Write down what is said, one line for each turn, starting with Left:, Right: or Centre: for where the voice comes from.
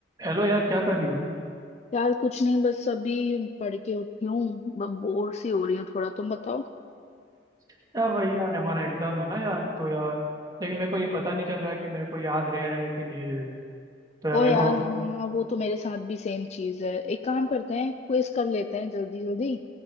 Right: Hello यार क्या कर रही हो
Left: यार कुछ नहीं बस अभी पढ़ के उठी हूँ बोर सी हो रही हूँ थोड़ा तुम बताओ
Right: यार भाई यार हमारा एग्जाम है ना यार तो यार लेकिन मेरे को ये पता नहीं चल रहा है कि मेरे को याद रह रहा है कि नहीं रह रहा है तो यार
Left: ओ
Right: मेरे
Left: यार
Right: को
Left: हाँ वो तो मेरे साथ भी सेम चीज है एक काम करते हैं क्विज कर लेते हैं जल्दी जल्दी